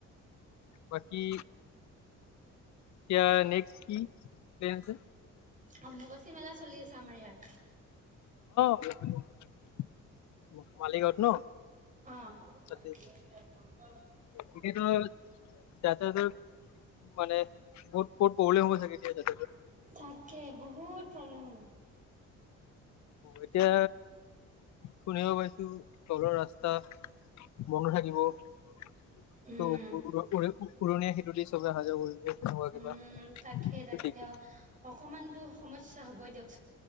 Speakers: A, on the left; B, on the right.
A: বাকী এতিয়া নেক্সট কি প্লেন আছে?
B: অম্বুবাচী মেলা চলি আছে আমাৰ ইয়াত।
A: <unintelligible> মালিগাওঁত ন?
B: অ
A: তাতে এতিয়াতো যাতায়তৰ মানে বহুত বহুত প্ৰব্লেম হ'বা চাগে এতিয়া যাতায়তৰ
B: তাকে বহুত প্ৰব্লেম হ'ব।
A: এতিয়া শুনিব পাইছো তলৰ ৰাস্তা বন্ধ থাকিব। ত'
B: উম
A: উৰ উৰ উৰণীয়া সেঁতু টো দি সবে হাজিৰা কৰিব তেনেকুৱা
B: উম তাকে
A: কিবা।
B: তাকে অকমানতো সমস্যা হবই দিয়ক